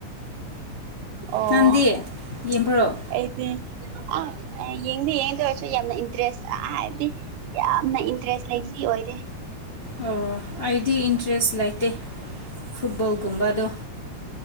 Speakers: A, on the right (about 85°); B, on the left (about 65°).
A: ꯑꯣ
B: ꯅꯪꯗꯤ ꯌꯦꯡꯕ꯭ꯔꯣ
A: ꯑꯩꯗꯤ ꯑ ꯌꯦꯡꯗꯤ ꯌꯦꯡꯗ ꯑꯣꯏꯔꯁꯨ ꯌꯥꯝꯅ ꯏꯟꯇꯔꯦꯁ ꯍꯥꯏꯕꯗꯤ ꯌꯥꯝꯅ ꯏꯟꯇꯔꯦꯁ ꯂꯩꯕꯤ ꯑꯣꯏꯔꯦ
B: ꯑꯣ ꯑꯩꯗꯤ ꯏꯟꯇꯔꯦꯁ ꯂꯩꯇꯦ ꯐꯨꯠꯕꯣꯜꯒꯨꯝꯕꯗꯣ